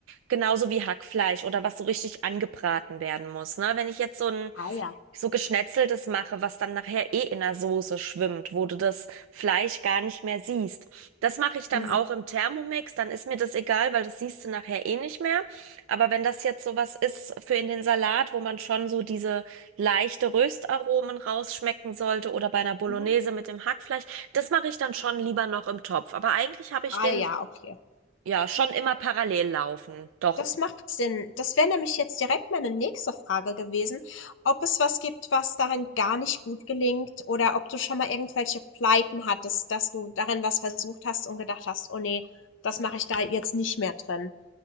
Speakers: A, on the right (about 75°); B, on the left (about 65°).
A: Genauso wie Hackfleisch oder was so richtig angebraten werden muss. Ne? Wenn ich jetzt so ein
B: Ah ja.
A: so Geschnetzeltes mache, was dann nachher eh in der Soße schwimmt, wo du das Fleisch gar nicht mehr siehst. Das mache ich dann
B: Mhm.
A: auch im Thermomix, dann ist mir das egal, weil das siehst du nachher eh nicht mehr. Aber wenn das jetzt sowas ist für in den Salat, wo man schon so diese leichte Röstaromen rausschmecken sollte oder bei einer Bolognese
B: Mhm.
A: mit dem Hackfleisch, das mache ich dann schon lieber noch im Topf. Aber eigentlich habe ich
B: Ah
A: den
B: ja, okay.
A: ja schon immer parallel laufen. Doch.
B: Das macht Sinn. Das wäre nämlich jetzt direkt meine nächste Frage gewesen, ob es was gibt, was darin gar nicht gut gelingt oder ob du schon mal irgendwelche Pleiten hattest, dass du darin was versucht hast und gedacht hast, oh nee, das mache ich da jetzt nicht mehr drin.